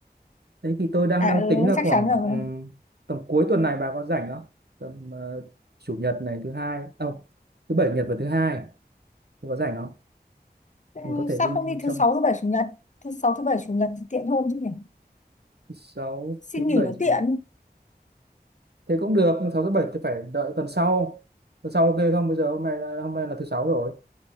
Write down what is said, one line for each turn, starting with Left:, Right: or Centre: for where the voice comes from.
Right: Thế thì tôi đang
Left: à
Right: đang
Left: ừ
Right: tính là
Left: chắc
Right: khoảng
Left: chắn rồi
Right: ừ, tầm cuối tuần này bà có rảnh không? Tầm ờ, chủ nhật này thứ hai, không, thứ bảy nhật và thứ hai, bà có rảnh không?
Left: ừ,
Right: Mình có thể đi
Left: sao không đi
Right: trong
Left: thứ sáu thứ bảy chủ nhật thứ sáu thứ bảy chủ nhật thì tiện hơn chứ nhỉ
Right: sáu
Left: xin
Right: thứ bảy
Left: nghỉ nó
Right: chủ
Left: tiện
Right: nhật thế cũng được nhưng sáu thứ bảy thì phải đợi tuần sau tuần sau ok không bây giờ hôm nay là, hôm nay là thứ sáu rồi